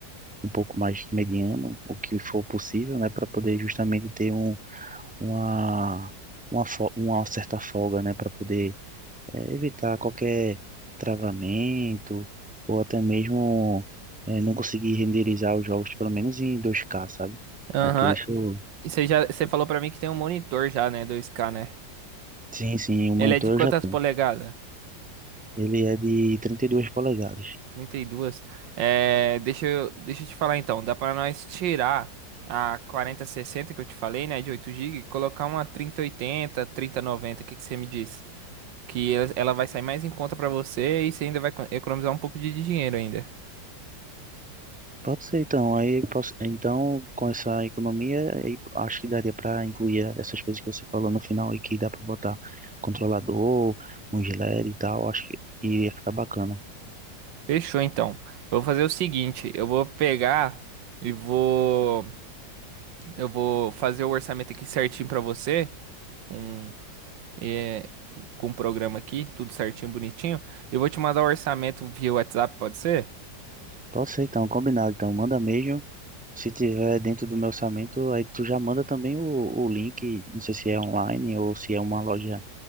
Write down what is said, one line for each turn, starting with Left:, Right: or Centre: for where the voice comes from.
Centre: um pouco mais mediano, o que for possível, né, para poder justamente ter um, uma, uma, uma certa folga, né, para poder é, evitar qualquer travamento ou até mesmo é, não conseguir renderizar os jogos, pelo menos em dois k sabe?
Right: Aham.
Centre: Aí por isso,
Right: E Você já, você falou pra mim que tem um monitor já, né, 2K, né?
Centre: sim, sim, o monitor
Right: Ele é de quantas
Centre: eu já tenho.
Right: polegadas?
Centre: Ele é de 32 polegadas.
Right: 32. É, deixa eu, deixa eu te falar então. Dá pra nós tirar a quarenta sessenta que eu te falei, né? De 8 GB e colocar uma 3080, 3090. O que que você me diz? Que ela ela vai sair mais em conta pra você e você ainda vai co- economizar um pouco de dinheiro ainda.
Centre: Pode ser então, aí posso, então com essa economia, aí acho que daria para incluir essas coisas que você falou no final aí que dá para botar controlador, um gilete e tal, acho que iria ficar bacana.
Right: Fechou então. Eu vou fazer o seguinte, eu vou pegar e vou eu vou fazer o orçamento aqui certinho pra você. com é, com o programa aqui, tudo certinho, bonitinho. Eu vou te mandar o orçamento via WhatsApp, pode ser?
Centre: Pode ser então, combinado então, manda mesmo. Se tiver dentro do meu orçamento, aí tu já manda também o, o link, não sei se é online ou se é uma loja